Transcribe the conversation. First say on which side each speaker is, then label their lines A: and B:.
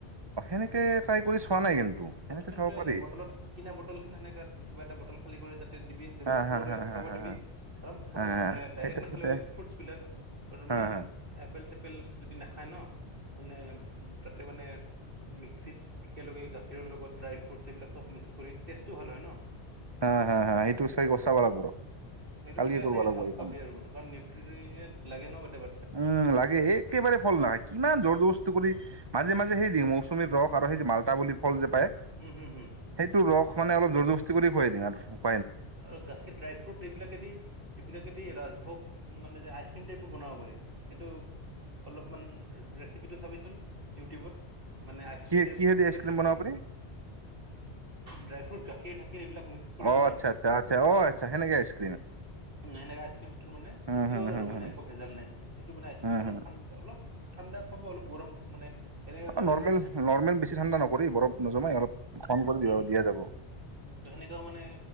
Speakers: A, on the right (about 25°); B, on the right (about 55°).
A: অ সেনেকে ট্ৰাই কৰি চোৱা নাই কিন্তু সেনেকে
B: চাবিচোন
A: চাব
B: তই
A: পাৰি
B: এনে বটলত কিনা বটল খ সেনেকে কিবা এটা বটল খালি কৰি তাতে দিবি
A: হা
B: ষ্টৰে
A: হা হা হা
B: খাব
A: হা
B: দিবি আম খাব
A: হা হা
B: মানে ডাইৰে্ট
A: সেইটো
B: নাখালে
A: সেইটো
B: ফ্ৰুটছ বিলাক
A: হা
B: মানে
A: হা
B: আপেল পেল যদি নাখায় ন মানে উ ত তাতে মানে মিক্সিত একেলগে গাখীৰৰ লগত ড্ৰাই ফ্ৰুটছ এইবিলাক চব মিক্স কৰি টেষ্টটো ভাল হয় ন।
A: হা হা হা সেইটো চাই চাব লাগিব ৰ
B: সেইটো
A: কালিয়ে
B: দিলে সেনেকে
A: কৰিব লাগিব
B: খাব-খুৱাবি
A: এই কাম
B: আৰু মানে কাৰণ নিউট্ৰিয়েন লাগে ন কেতিয়াবা।
A: উম লাগে একেবাৰে ফল নাই কিমান জৰ বচ- মাজে মাজে সেই মৌচুমি ৰস আৰু সেই মালতা বুলি ফল যে
B: হম হম হম
A: সেইটো ৰস মানে অলপ জৰ জবস্তি কৰি হয় দিয়া
B: আৰু গাখীৰ ড্ৰাই ফ্ৰুট এইবিলাকে দি এইবিলাকে দি ৰাজভোগ মানে যে আইচ বনাব পাৰি সেইটো অলপমান ৰেচিপিটো চাবিচোন ইউটিউবত মানে আইচক্ৰীম
A: কি কিহেদি
B: ফ্ৰিজত
A: আইচক্ৰীম
B: থৈ পেল
A: বনাব পাৰি
B: ড্ৰাই ফ্ৰুট গাখীৰ চাখীৰ এইবিলাক মিক্স কৰি
A: অ
B: পেলাই
A: আচ্ছা আচ্ছা আচ্ছা অ আচ্ছা সেনেকে আইচক্ৰীম
B: ন এনেকে আইচক্ৰীম সেইটোৰ মানে
A: হুম
B: পিয়ৰ
A: হুম
B: আৰু
A: হুম
B: মানে
A: হুম
B: একো ভেজাল নাই সেইটো সেইটো মানে আইচক্ৰীম
A: হুম
B: অলপ
A: হুম
B: ঠাণ্ডা অল ঠাণ্ডা পাব অলপ গৰম মানে এনেকা
A: অ,
B: কৰে
A: নৰ্মেল
B: এটলিষ্ট
A: নৰ্মেল বেছি ঠাণ্ডা নকৰি বৰফ নজমাই অলপ <unintelligible> কৰি
B: হুম হুম
A: দিয়া
B: হুম
A: যাব।
B: সেনেকাও মানে